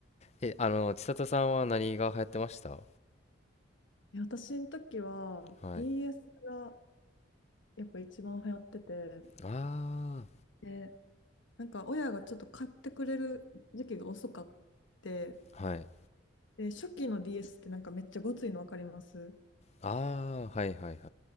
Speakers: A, on the left; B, on the left.
A: え、あの、千里さんは何が流行ってました
B: や私の時は
A: はい。
B: DS がやっぱ一番流行ってて、
A: あ
B: で、なんか親がちょっと買ってくれる時期が遅かって、
A: あ、はい。
B: で、初期の DS ってなんかめっちゃごついのわかります
A: ああ、はいはいはい。